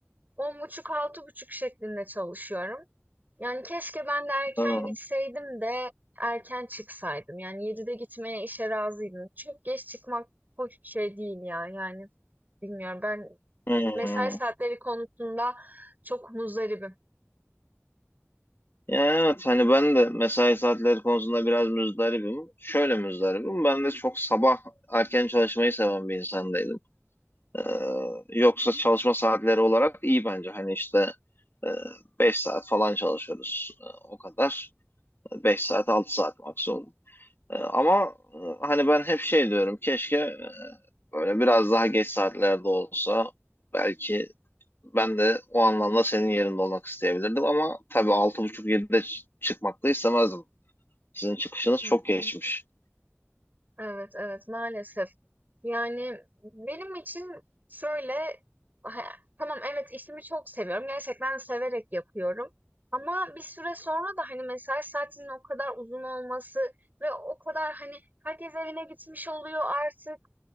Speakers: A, on the right; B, on the left.
A: On buçuk, altı buçuk şeklinde çalışıyorum. Yani keşke ben de erken
B: Aa,
A: gitseydim de erken çıksaydım. Yani 7'de gitmeye işe razıydım. Çok geç çıkmak hoş bir şey değil ya. Yani bilmiyorum ben
B: hı.
A: mesai saatleri konusunda çok muzdaribim.
B: Ya evet hani ben de mesai saatleri konusunda biraz müzdaribim. Şöyle müzdaribim. Ben de çok sabah erken çalışmayı seven bir insandaydım. Ee, yoksa çalışma saatleri olarak iyi bence. Hani işte e, 5 saat falan çalışıyoruz. Ee, o kadar. beş saat 6 saat maksimum. Ee, ama e, hani ben hep şey diyorum. Keşke e, böyle biraz daha geç saatlerde olsa belki Ben de o anlamda senin yerinde olmak isteyebilirdim ama tabii 6.30-7'de ç- çıkmak da istemezdim. Sizin çıkışınız
A: Hı
B: çok
A: hı.
B: geçmiş.
A: Evet, evet, maalesef. Yani benim için şöyle, ha, tamam evet işimi çok seviyorum. Gerçekten severek yapıyorum. Ama bir süre sonra da hani mesai saatinin o kadar uzun olması ve o kadar hani herkes evine gitmiş oluyor artık,